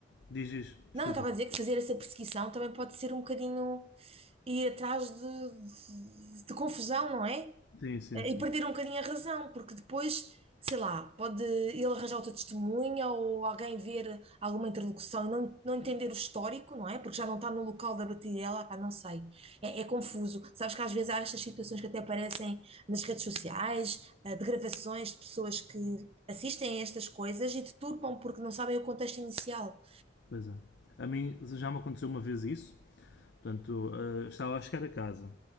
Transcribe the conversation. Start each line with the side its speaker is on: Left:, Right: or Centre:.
Left: diz isso, desculpa.
Right: não, eu estava a dizer que fazer essa perseguição também pode ser um bocadinho. ir atrás de, de- de confusão, não é?
Left: Sim, sim,
Right: Eh,
Left: sim.
Right: E perder um bocadinho a razão, porque depois, sei lá, pode ele arranjar outra testemunha ou alguém ver alguma interlocução e não, não entender o histórico, não é? Porque já não está no local da batidela, pá, não sei. É, é confuso. Sabes que às vezes há estas situações que até aparecem nas redes sociais, eh, de gravações de pessoas que assistem a estas coisas e deturpam porque não sabem o contexto inicial.
Left: Pois é. A mim já me aconteceu uma vez isso, portanto, eh, estava a chegar a casa